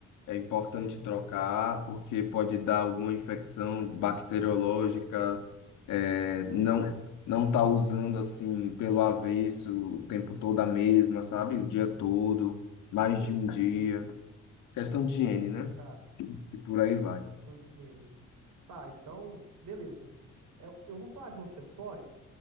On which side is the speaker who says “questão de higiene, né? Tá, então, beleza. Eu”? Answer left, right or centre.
Right